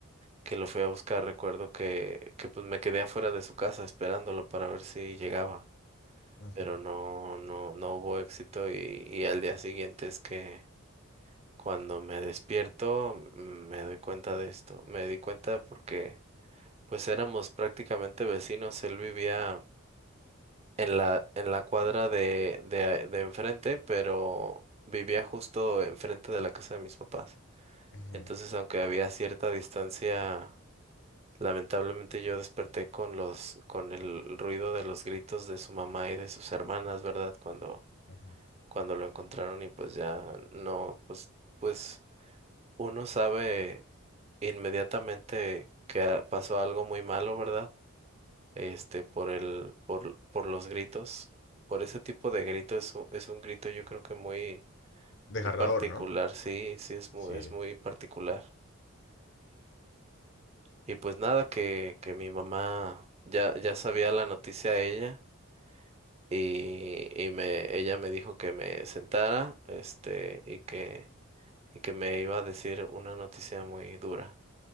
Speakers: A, on the right; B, on the left.
A: que lo fui a buscar, recuerdo que, que pues me quedé afuera de su casa esperándolo para ver si llegaba,
B: ujú,
A: pero no, no, no hubo éxito y, y al día siguiente es que cuando me despierto mm, me doy cuenta de esto, me di cuenta porque pues éramos prácticamente vecinos, él vivía en la, en la cuadra de, de, a- de enfrente, pero vivía justo enfrente de la casa de mis papás.
B: ujú,
A: Entonces, aunque había cierta distancia Lamentablemente yo desperté con los, con el ruido de los gritos de su mamá y de sus hermanas, ¿verdad? Cuando,
B: ujú.
A: cuando lo encontraron y pues ya no, pues, pues uno sabe inmediatamente que a- pasó algo muy malo, ¿verdad? Este, por el, por, por los gritos, por ese tipo de grito es, un- es un grito yo creo que muy, muy
B: Desgarrador,
A: particular,
B: ¿no?
A: sí, sí es muy,
B: Sí,
A: es muy particular. Y pues nada, que, que mi mamá ya, ya sabía la noticia ella y, y me, ella me dijo que me sentara, este, y que, y que me iba a decir una noticia muy dura.